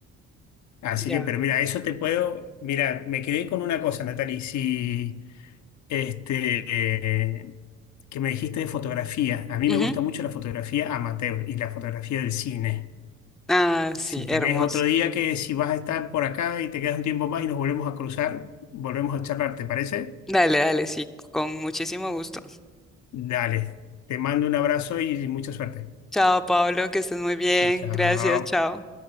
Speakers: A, on the left; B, in the centre.
A: Así
B: ya.
A: que, pero mira, eso te puedo, mira, me quedé con una cosa, Natalie, si... Este, eh, que me dijiste de fotografía. A mí
B: Ujú.
A: me gusta mucho la fotografía amateur y la fotografía del cine.
B: Ah,
A: Si
B: sí,
A: querés
B: hermoso.
A: otro día que si vas a estar por acá y te quedas un tiempo más y nos volvemos a cruzar, volvemos a charlar, ¿te parece?
B: Dale, dale, sí, con muchísimo gusto.
A: Dale, te mando un abrazo y mucha suerte.
B: Chao, Pablo, que estés muy bien.
A: Chao.
B: Gracias, chao.